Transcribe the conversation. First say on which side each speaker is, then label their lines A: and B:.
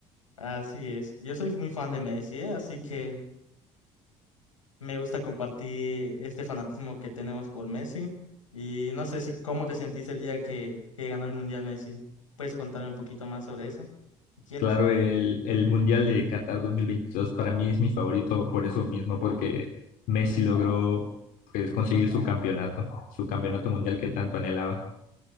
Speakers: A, on the left (about 80°); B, on the left (about 60°).
A: Así es, yo soy muy fan de Messi, ¿eh? Así que... Me gusta compartir este fanatismo que tenemos por Messi. Y no sé si cómo te sentiste el día que, que ganó el Mundial Messi. ¿Puedes contarme un poquito más sobre eso? Si quieres.
B: Claro, el, el Mundial de Qatar 2022 para mí es mi favorito por eso mismo, porque Messi logró pues, conseguir su campeonato, su campeonato mundial que tanto anhelaba.